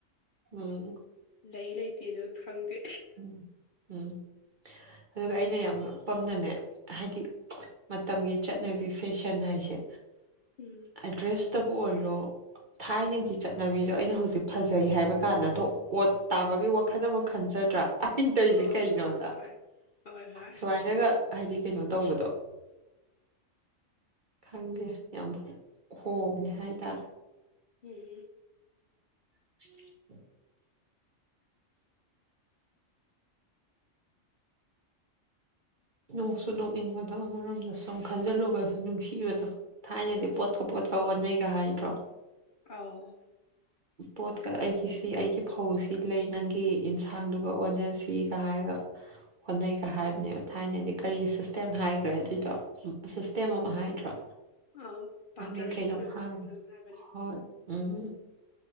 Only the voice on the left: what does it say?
ꯂꯩ ꯂꯩꯇꯦꯁꯨ ꯈꯪꯗꯦ
ꯎꯝ
ꯍꯣꯏ
ꯍꯣꯏ ꯍꯣꯏ ꯍꯣꯏ ꯍꯣꯏ
ꯎꯝ
ꯑꯥꯎ
ꯑ ꯄꯥꯇꯔ
ꯁꯤꯁꯇꯦꯝ
ꯍꯥꯏꯕ꯭ꯔꯥ ꯀꯩꯅꯣꯝ ꯍꯥꯏꯕꯅꯦ